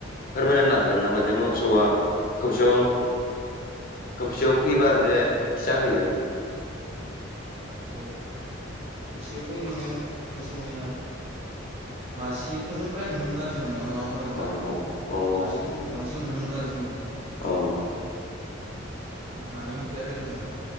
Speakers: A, on the left; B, on the right.
A: फोरमायना हागोन नामा जे मोसौआ खौसेयाव
B: औ
A: खबसेयाव खैबार जे फिसा होयो।
B: अ खबसेयावथ' ओरैनो मोसौनिया मासेखौनो फ्राय नुनो मोनो आरो जों नङा होमबा नोंथां
A: औ औ
B: मासेखौनो बांसिन नुनो मोन आरो जोङो।
A: औ।
B: आं मानै नुफेराखै आरो नोंथां।